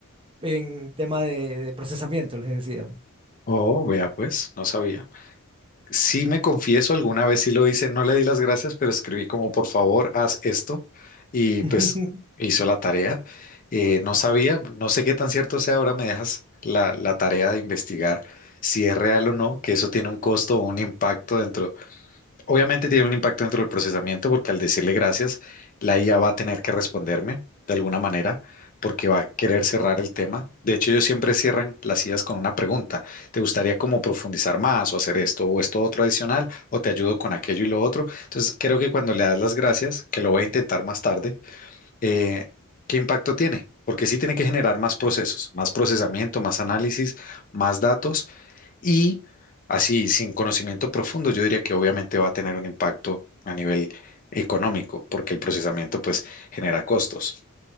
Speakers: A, on the right (about 25°); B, on the left (about 40°).
A: en tema de, de procesamiento, les decía.
B: Oh, vea, pues, no sabía. Sí me confieso, alguna vez sí lo hice, no le di las gracias, pero escribí como por favor, haz esto y
A: <laughs>
B: pues hizo la tarea. Eh, no sabía, no sé qué tan cierto sea, ahora me dejas la, la tarea de investigar si es real o no, que eso tiene un costo o un impacto dentro Obviamente tiene un impacto dentro del procesamiento porque al decirle gracias, la IA va a tener que responderme de alguna manera porque va a querer cerrar el tema. De hecho, ellos siempre cierran las IAs con una pregunta. ¿Te gustaría como profundizar más o hacer esto o esto otro adicional o te ayudo con aquello y lo otro? Entonces, creo que cuando le das las gracias, que lo voy a intentar más tarde, eh, ¿qué impacto tiene? Porque sí tiene que generar más procesos, más procesamiento, más análisis, más datos y así, sin conocimiento profundo, yo diría que obviamente va a tener un impacto a nivel económico, porque el procesamiento pues genera costos.